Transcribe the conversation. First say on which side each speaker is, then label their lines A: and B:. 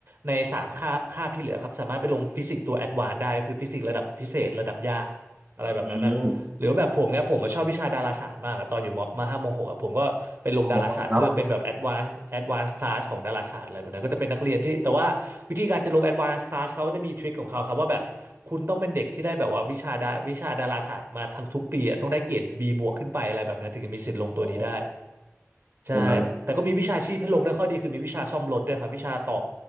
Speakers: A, on the right; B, on the right.
A: ในสามคาบคาบที่เหลือครับสามารถไปลงฟิสิกส์ตัวแอดวานซ์ได้ก็คือฟิสิกส์ระดับพิเศษระดับยากอะไรแบบนั้นอะ
B: อืม
A: หรือแบบผมเนี่ยผมอะชอบวิชาดาราศาสตร์มากอะตอนอยู่มมห้ามหกอะผมก็ไปลงดาราศาสตร์เพื่อเป็นแบบ
B: อ๋อครับ
A: advanced advanced class ของดาราศาสตร์อะไรแบบนั้นก็จะเป็นนักเรียนที่แต่ว่าวิธีการจะลง advanced class เขาก็จะมีทริคของเขาครับว่าแบบคุณต้องเป็นเด็กที่ได้แบบว่าวิชาดาวิชาดาราศาสตร์มาทั้งทุกปีอะต้องได้เกรด B บวกขึ้นไปอะไรแบบนั้นถึงจะมีสิทธิ์ลงตัวนี้ได้
B: อ๋อ
A: ใช่แต่ก็มีวิชาชีพให้ลงได้วยข้อดีคือมีวิชาซ่อมรถด้วยครับวิชาตอก
B: ใช่ไหม